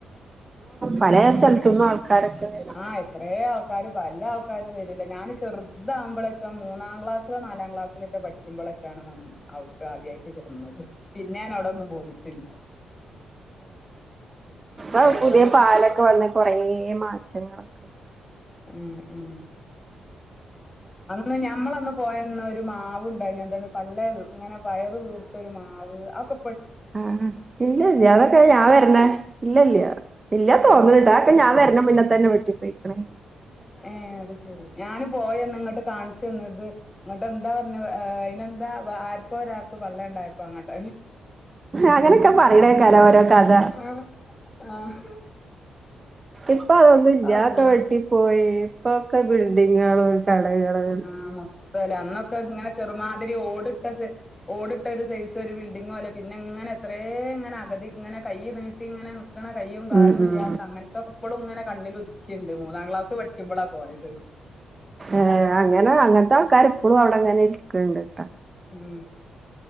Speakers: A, on the right; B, on the left.
A: പലേ സ്ഥലം തിന്നും ആൾക്കാരൊക്കെ വരും
B: ആഹ എത്ര ആൾക്കാർ പല ആൾക്കാരും വരില്ല ഞാൻ ചെറുതാവകുമ്പോളെ മറ്റം മൂന്നാം ക്ലാസിലോ നാലാം ക്ലാസ്സില ഒക്കെ പഠിക്ക്പോളെക്കെയാണ് ആദ്യായിട്ട് ചേർന്നത് പിന്നെ ഞാന അവിട ഒന്നും പോയിട്ടില്ല
A: ആ
B: പോവാനൊക്കെ
A: ഇൊ പുതിയ പാലൊക്കെ
B: ഇഷ്ട
A: വന്ന് കൊറ മാറ്റങ്ങളൊക്കെ
B: ഉ ഉ അന്ന് ഞമ്മളന്ന് പോയന്ന ഒരു മാവ ഉണ്ടായി എന്ത പള്ള ഇങ്ങനെ വയർ തീർത്തൊരു മാവ് അ ആഅതൊക്ക
A: ആഹ ഇല്ലല്ല അതൊക്കെ ഞാൻ വരണേ ഇല്ലല്ല ഇല്ല തോന്നില്ലാ
B: ഉം
A: അക്കെ ഞാൻ വരുന്ന മുന്നേ തന്നെ വെട്ടിപ്പോയിക്കണേ
B: ഏ അത് ശെരി ഞാന് പോയന്ന് ഇങ്ങോട്ട് കാണിച്ചന്നത് അങ്ങോട്ട് എന്താ പറഞ്ഞ അതിനന്താ ആർക്കോ ഒരാൾക്ക് പള്ളയ ഉണ്ടായപ്പോ അങ്ങോട്ട്
A: അങ്ങനെയൊക്കെ പറയനെക്ക ഓരോ കഥ
B: ആഹ് ആഹ്
A: ഇപ്പൊ അതൊന്നും ഇല്ലാത്തെ
B: അള്ളാ
A: വെട്ടി പോയി ഇപ്പൊക്കെ ബിൽഡിങ്ങളും ചടങ്ങുകളും
B: ആ മൊത്തം അല്ലേ അന്നൊക്കെ ഇങ്ങനെ ചെറുമാതിരി ഓടിട്ട ഓടിട്ട ഒരു സൈസ് ഒരു ബിൽഡിങ്ങ അല്ലേ പിന്നെങ്ങനെ എത്ര ഇങ്ങനെ അകതി ഇങ്ങനെ കൈ നീട്ടി ഇങ്ങനെ ഇണ കൈ്യ കാലും
A: ഉം ഉം
B: ഇല്ലാത്ത അങ്ങനത്തെക്കെപ്പുംങ്ങനെ കണ്ണിൽുതുക്കിണ്ട്മൂന്നാംക്ലാസ്സ്‌ പഠിക്കുമ്പോള പോയത്
A: ഏർ അങ്ങനെ അങ്ങനത്തെ ആൾക്കാർ ഇപ്പോഴും അവിടെ അങ്ങനെ ഇരിക്കണ്ട്ട്ടാ
B: ഉം